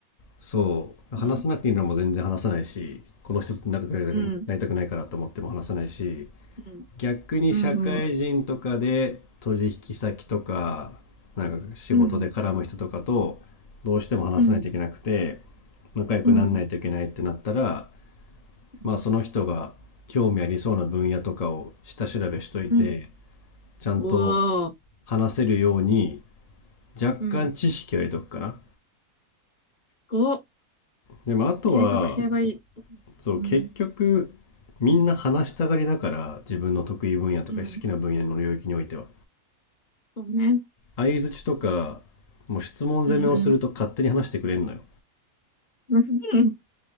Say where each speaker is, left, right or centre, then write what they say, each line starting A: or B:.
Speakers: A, on the left; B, on the left.
A: そう。話さなくていいのも全然話さないし、
B: まあ、
A: この人と仲良くなりたくなりたくないからと思っても話さないし、
B: うん。うん。
A: 逆に社会人とかで取引先とか、
B: うんうん。
A: なんか仕事で絡む人とかとどうしても話さないといけなくて、
B: うん。うん。
A: 仲良くならないといけないってなったら、
B: うん。うん。
A: まあ、その人が興味ありそうな分野とかを下調べしといて、
B: うん。
A: ちゃんと
B: 5、
A: 話せるように若干知識を入れとくかな。
B: うん、5、
A: でもあとは、
B: 計画性がいい。
A: そう、
B: うん、
A: 結局みんな話したがりだから、自分の得意分野とか好きな分野の領域においては。
B: うん、そうね。
A: 相槌とか、もう質問攻めをすると勝手に話してくれんのよ。
B: うん、うん。<laughs> うん